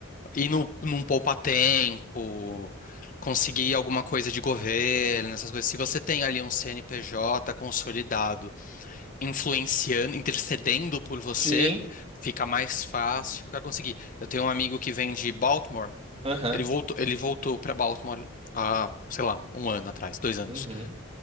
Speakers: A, on the left; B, on the right.
A: ir no, num poupa-tempo, conseguir alguma coisa de governo, essas coisas. Se você tem ali um CNPJ consolidado, influenciando, intercedendo por você,
B: Sim.
A: fica mais fácil para conseguir. Eu tenho um amigo que vem de Baltimore,
B: Aham.
A: ele voltou, ele voltou para Baltimore há, sei lá, um ano atrás, dois anos.
B: Uhum.